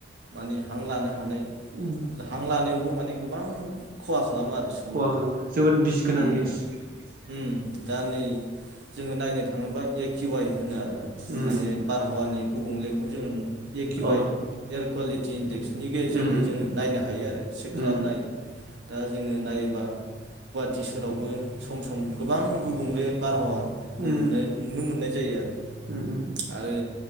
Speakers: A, on the right (about 70°); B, on the right (about 50°).
A: माने हां लानो हानाय
B: उम
A: हां लानायावबो माने गोबां खहा खालामो आरो सुबुंखौ
B: खहा खालामो जोबोद बिस गोनां
A: ओम
B: गेस
A: ओम दा नै जोङो नायनो थाङोब्ला एक किवाइ होनो आरो
B: उम
A: माने बार हावानि गुबुंलेखौ जों एखिवाय
B: अ
A: एर कवालिटि <unintelligible> बिनिजोहै
B: उम उम
A: जोङो नायनो हायो आरो
B: उम
A: सेक खालामनो हायो दा जोङो नायोबा गुवाहाटि सोहरावबो सम सम गोबां गुबुंले बारहावा खौ
B: उम
A: नुनाय नुनो मोननाय जायो आरो
B: उम उम उम
A: आरो